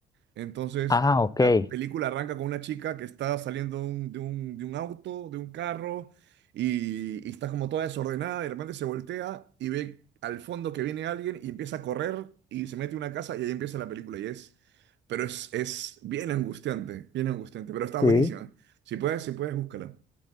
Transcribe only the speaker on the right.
Entonces,
la película arranca con una chica que está saliendo un- de un, de un auto, de un carro, y, y está como toda desordenada, y de repente se voltea y ve al fondo que viene alguien y empieza a correr y se mete en una casa y ahí empieza la película. Y es, pero es, es bien angustiante, bien angustiante, pero está
buenísima. Si puedes, si puedes, búscala.